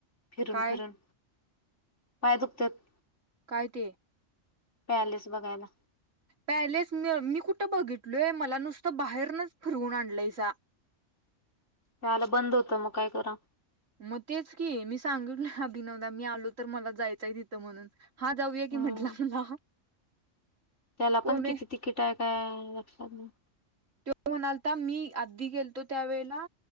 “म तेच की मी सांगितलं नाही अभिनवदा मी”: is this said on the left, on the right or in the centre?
Right